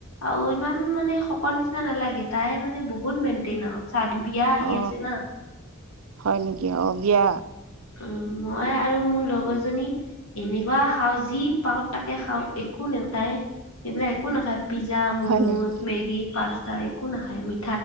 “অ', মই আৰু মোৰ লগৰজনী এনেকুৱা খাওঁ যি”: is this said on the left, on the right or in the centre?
Left